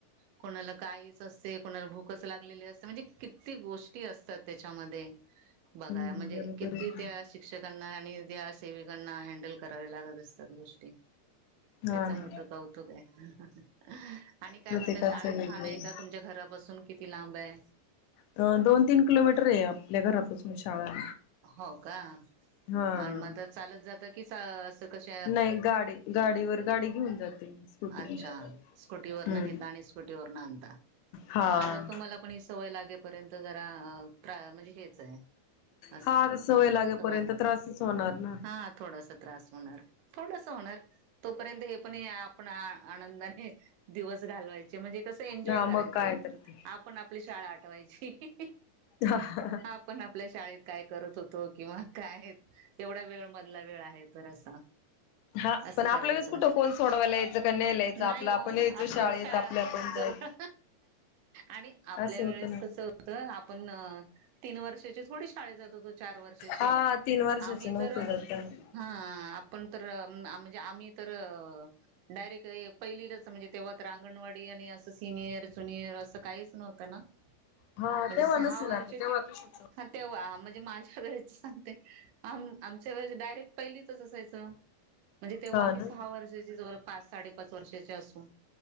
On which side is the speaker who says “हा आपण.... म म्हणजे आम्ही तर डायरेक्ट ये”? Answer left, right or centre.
Right